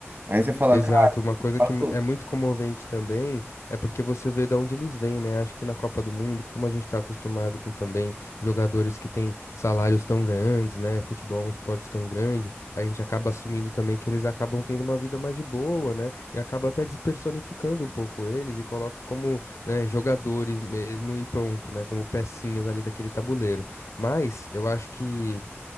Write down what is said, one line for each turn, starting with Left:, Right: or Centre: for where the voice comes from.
Right: aí você fala,
Left: Exato,
Right: cara,
Left: uma coisa
Right: faço-
Left: que é muito comovente também é porque você vê de onde eles vêm, né? Acho que na Copa do Mundo, como a gente está acostumado com também jogadores que têm salários tão grandes, né? Futebol é um esporte tão grande, a gente acaba assumindo também que eles acabam tendo uma vida mais de boa, né? E acaba até despersonificando um pouco eles e coloca como, né, jogadores mesmo e pronto, né? Como pecinhas ali daquele tabuleiro. Mas eu acho que.